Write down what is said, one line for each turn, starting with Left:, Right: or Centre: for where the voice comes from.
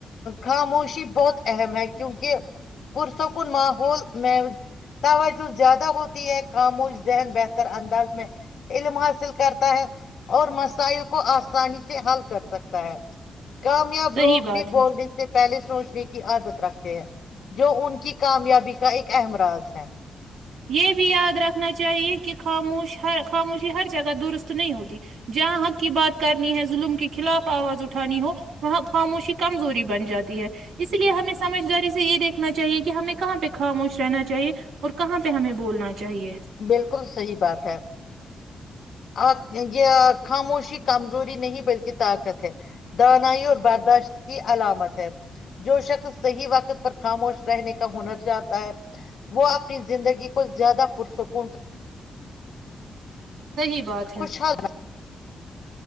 Left: خاموشی بہت اہم ہے کیونکہ پرسکن ماحول میں توجہ زیادہ ہوتی ہے خاموش ذہن بہتر انداز میں علم حاصل کرتا ہے اور مسائل کو آسانی سے حل کر سکتا ہے کامیاب
Right: صحیح
Left: لوگ
Right: بات
Left: بھی بولنے
Right: ہے
Left: سے پہلے سوچ کی عادت رکھتے ہیں جو ان کی کامیابی کا ایک اہم راز ہے
Right: یہ بھی یاد رکھنا چاہیے کہ خاموش ہر خاموشی ہر جگہ درست نہیں ہوتی جہاں حق کی بات کرنی ہے ظلم کے خلاف آواز اٹھانی ہو وہاں خاموشی کمزوری بن جاتی ہے اس لیے ہمیں سمجھداری سے یہ دیکھنا چاہیے کہ ہمیں کہاں پہ خاموش رہنا چاہیے اور کہاں پہ ہمیں بولنا چاہیے
Left: بالکل صحی بات ہے آ یہ خاموشی کمزوری نہیں بلکہ طاقت ہے دانائی اور برداشت کی علامت ہے جو شخص صحیح وقت پر خاموش رہنے کا ہنر چاہتا ہے وہ اپنی زندگی کو زیادہ پرسکون
Right: صحی بات ہے
Left: خوشحال